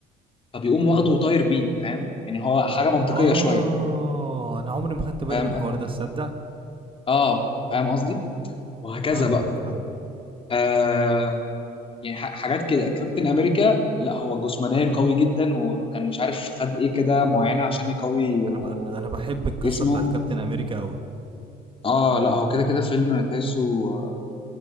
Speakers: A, on the left (about 30°); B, on the right (about 30°).
A: فبيقوم واخده وطاير بيه فاهم يعني هو حاجه منطقيه
B: اه
A: شويه
B: انا عمري ما خدت بالي
A: فاهم
B: من الحوار ده تصدق
A: اه فاهم قصدي وهكذا
B: فاهمك
A: بقى
B: فاهم
A: آه يعني ح- حاجات كده كابتن امريكا لا هو جسمانيا قوي جدا وكان مش عارف خد ايه كده معينه عشان يقوي آه،
B: انا ب... انا بحب القصه
A: جسمه
B: بتاعت كابتن امريكا قوي
A: اه لا هو كده كده فيلم تحسه آه،